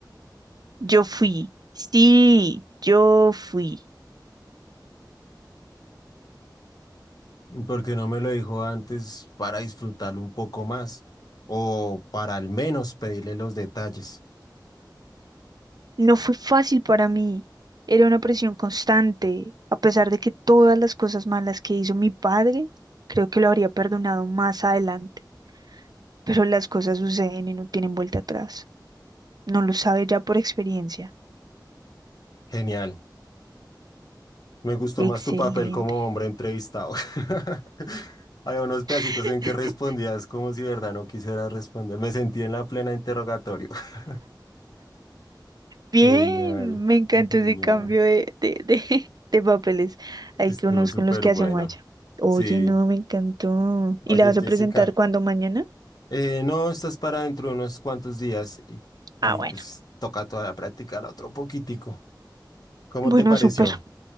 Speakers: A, on the right; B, on the left.
A: Yo fui, sí, yo fui.
B: ¿Y por qué no me lo dijo antes para disfrutarlo un poco más? O para al menos pedirle los detalles.
A: No fue fácil para mí, era una presión constante, a pesar de que todas las cosas malas que hizo mi padre, creo que lo habría perdonado más adelante, pero las cosas suceden y no tienen vuelta atrás. No lo sabe ya por experiencia.
B: Genial. Me gustó
A: Excelente.
B: más tu papel como hombre entrevistado. <laughs> Había unos pedacitos
A: <laughs>
B: en que respondías como si de verdad no quisieras responder. Me sentí en la plena interrogatorio. <laughs>
A: Bien,
B: Genial,
A: me encantó
B: genial.
A: ese cambio de, de, de, <laughs> de papeles. Hay
B: Estuvo
A: que unos
B: súper
A: con los que
B: bueno.
A: hace Maya. Oye,
B: Sí.
A: no, me encantó. ¿Y
B: Oye,
A: la vas a
B: Jessica.
A: presentar cuándo mañana?
B: eh, no, estás para dentro de unos cuantos días y, y
A: Ah, bueno.
B: pues toca todavía practicar otro poquitico. ¿Cómo
A: Bueno,
B: te pareció?
A: súper.